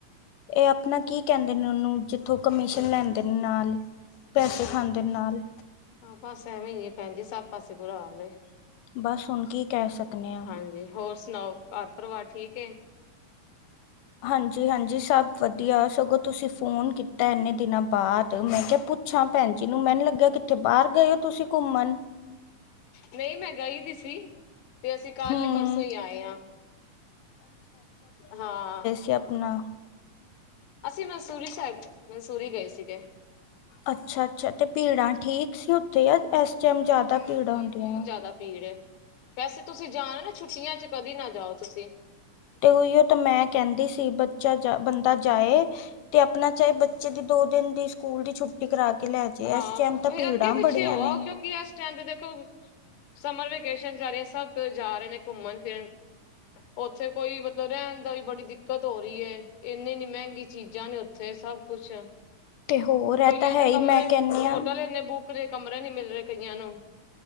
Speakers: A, on the left; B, on the left.
A: ਏ ਆਪਣਾ ਕੀ ਕੈੰਦੇ ਨੇ ਓਨੂੰ, ਜਿੱਥੋਂ ਕਮਿਸ਼ਨ ਲੈਂਦੇ ਨਾਲ? ਪੈਸੇ ਖਾਂਦੇ ਨਾਲ।
B: ਹਾਂ, ਬਸ ਐਵੇਂ ਈ ਏ ਭੈਣ ਜੀ, ਸਭ ਪਾਸੇ ਬੁਰਾ ਹਾਲ।
A: ਬੱਸ ਹੁਣ ਕੀ ਕੈ ਸਕਨੇ ਆ।
B: ਹਾਂਜੀ ਹੋਰ ਸੁਣਾਓ, ਘਾਰ ਪਰਵਾਰ ਠੀਕ ਏ?
A: ਹਾਂਜੀ-ਹਾਂਜੀ, ਸਭ ਵਧੀਆ। ਸਗੋਂ ਤੁਸੀਂ ਫੋਨ ਕੀਤਾ ਐਨੇ ਦਿਨਾਂ ਬਾਦਅ, ਮੈਂ ਕੇਹਾ ਪੁ। ਪੁਛਾਂ ਭੈਣ ਜੀ ਨੂੰ ਮੈਨੂੰ ਲੱਗਿਆ, ਕਿੱਥੇ ਬਾਹਰ ਗਏ ਹੋ ਤੁਸੀਂ ਘੁੰਮਣ?
B: ਨਹੀਂ, ਮੈਂ ਗਈ ਦੀ ਸੀ। ਤੇ ਅਸੀਂ ਕੱਲ
A: ਹੂੰ
B: ਪਰਸੋਂ ਈ ਆਏ ਹ ਹਾਂ।
A: ਕੈ ਆਪਣਾ?
B: ਅਸੀਂ ਮਨਸੂਰੀ ਸਾਬ ਮਨਸੂਰੀ ਗਏ ਸੀਗੇ।
A: ਅੱਛਾ ਅੱਛਾ, ਤੇ ਭੀੜਾਂ ਠੀਕ ਸੀ ਉੱਥੇ ਆ? ਇਸ ਟਾਈਮ ਜ਼ਿਆਦਾ ਭੀੜਾਂ ਹੁੰਦੀਆਂ?
B: ਰਾ, ਭੀੜ। ਵੈਸੇ ਤੁਸੀਂ ਜਾਣਾ ਨਾ, ਛੁੱਟੀਆਂ 'ਚ ਕਦੀ ਨਾ ਜਾਓ ਤੁਸੀਂ।
A: ਤੇ ਉਹੀਓ ਤਾਂ ਮੈਂ ਕਹਿੰਦੀ ਸੀ, ਬੱਚਾ ਜਾ ਬੰਦਾ ਜਾਏ। ਤੇ ਆਪਣਾ ਚਾਹੇ ਬੱਚੇ ਦੀ ਦੋ ਦਿਨ ਦੀ ਸਕੂਲ ਦੀ ਛੁੱਟੀ ਕਰਾ। ਕੇ ਲੈ ਜੇ
B: ਹਾਂ
A: ਇਸ ਟਾਈਮ ਤਾਂ ਭੀੜਾਂ
B: ਅੱਗੇ ਪਿੱਛੇ
A: ਬੜੀਆਂ
B: ਹੋ
A: ਨੇ।
B: ਆਓ ਕਿਉਂਕਿ ਏਸ ਟੈਮ ਦੇਖੋ ਸਮਰ ਵੇਕੇਸ਼ਨ ਜਾ ਰਹੀ, ਸਭ ਤੋਂ ਜਾ ਰਹੇ ਨੇ ਘੁੰਮਣ ਫਿਰਨ। ਉੱਥੇ ਕੋਈ ਮਤਲਬ ਰਹਿਣ ਦਾ ਵੀ ਬੜੀ ਦਿੱਕਤ ਹੋ ਰਹੀ ਹੈ, ਇੰਨੀ ਇੰਨੀਮਹਿੰਗੀ ਚੀਜ਼। ਕਿਆ ਨੀ ਏਥੇ, ਸਭ ਕੁਸ
A: ਤੇ ਹੋਰ
B: ਕਈਆਂ
A: ਇਹ ਤਾਂ ਹੈ
B: ਦੇ
A: ਹੀ
B: ਕਮਰੇ
A: ਮੈਂ ਕਹਿੰਨੀ
B: ਹੋਟਲ
A: ਆ
B: ਏਨੇ ਬੁਕ ਰੇ, ਕਮਰੇ ਨੀ ਮਿਲ ਰਹੇ ਕਈਆਂ ਨੂੰ।